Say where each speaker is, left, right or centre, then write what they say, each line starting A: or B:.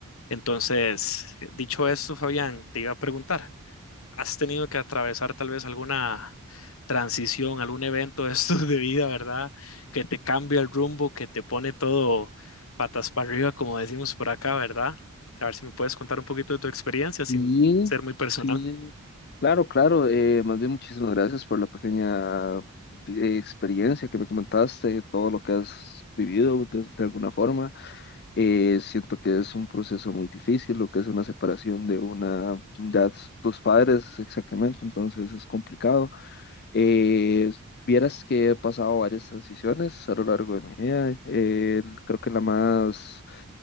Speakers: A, on the left; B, on the left.
A: Entonces, dicho eso, Fabián, te iba a preguntar, ¿has tenido que atravesar tal vez alguna transición, algún evento de estos de vida, ¿verdad? Que te cambia el rumbo, que te pone todo patas para arriba, como decimos por acá, ¿verdad? A ver si me puedes contar un poquito de tu experiencia sin
B: Y
A: ser muy personal.
B: sí, claro, claro, eh, más bien muchísimas gracias por la pequeña eh, experiencia que me comentaste, todo lo que has vivido de, de alguna forma. Eh, siento que es un proceso muy difícil, lo que es una separación de una de tus padres, exactamente, entonces es complicado. Eh, Vieras que he pasado varias transiciones a lo largo de mi vida. eh, creo que la más